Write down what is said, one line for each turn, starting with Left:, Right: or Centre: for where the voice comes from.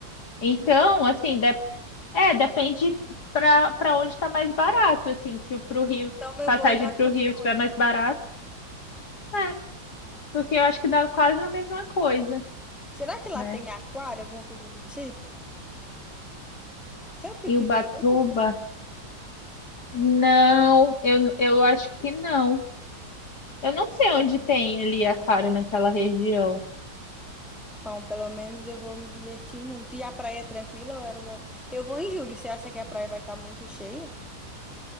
Left: Então, assim, é, depende para para onde está mais barato, assim, se o pro Rio,
Centre: Então eu
Left: passagem
Centre: vou olhar
Left: para
Centre: para
Left: o
Centre: os
Left: Rio
Centre: dois.
Left: tiver mais barato, é, porque eu acho que dá quase a mesma coisa,
Centre: Será que lá
Left: né?
Centre: tem aquário, alguma coisa do tipo? Sempre
Left: E
Centre: quis
Left: Ubatuba,
Centre: ir, nunca fui.
Left: não, eu, eu acho que não. Eu não sei onde tem ali a Clara naquela região.
Centre: Bom, pelo menos eu vou me divertir muito. E a praia é tranquila? ou era uma- Eu vou em julho. Você acha que a praia vai estar muito cheia?